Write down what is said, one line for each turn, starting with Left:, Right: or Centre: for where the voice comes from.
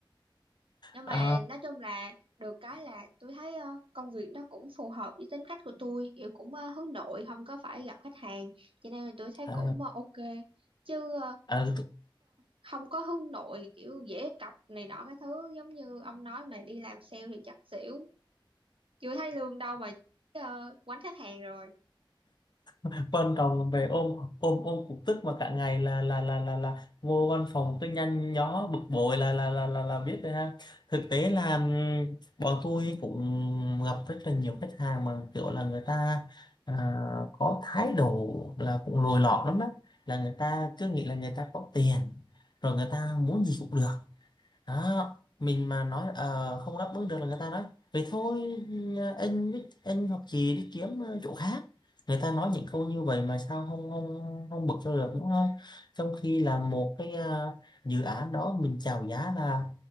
Right: nhưng
Left: Ờ,
Right: mà nói chung là được cái là tôi thấy ờ, công việc nó cũng phù hợp với tính cách của tôi kiểu cũng ờ, hướng nội không có phải gặp khách hàng cho nên là tôi thấy
Left: ờ,
Right: cũng ờ, ok chứ ờ,
Left: ờ,
Right: không có hướng nội kiểu dễ cọc này nọ cái thứ giống như ông nói mà đi làm sale thì chắc xỉu chưa thấy lương đâu mà uh, quánh khách hàng rồi
Left: Văn phòng về ôm ôm ôm cục tức mà cả ngày là là là là là vô văn phòng cứ nhăn nhó bực bội là là là là, là biết rồi ha thực tế là ừm, bọn tôi cũng gặp rất là nhiều khách hàng mà kiểu là người ta à, có thái độ là cũng lồi lọt lắm á là người ta cứ nghĩ là người ta có tiền rồi người ta muốn gì cũng được đó mình mà nói ờ, không đáp ứng được là người ta nói vậy thôi ừ, anh biết anh hoặc chị đi kiếm ờ, chỗ khác người ta nói những câu như vậy mà sao không không không bực cho được đúng không trong khi là một cái ờ, dự án đó mình chào giá là